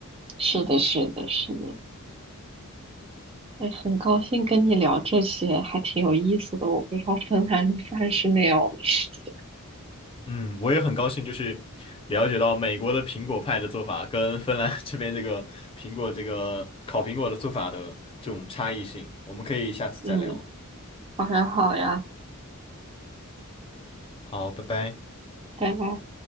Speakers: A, on the right (about 25°); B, on the left (about 25°).
A: 是的，是的，是的。哎，很高兴跟你聊这些，还挺有意思的。我不知道芬兰的饭是那样的事情。
B: 嗯，我也很高兴，就是了解到美国的苹果派的做法跟芬兰 <laughs> 这边这个苹果这个烤苹果的做法的这种差异性，我们可以下次再聊。
A: 嗯，好呀，好呀，
B: 好，拜拜。
A: 拜拜。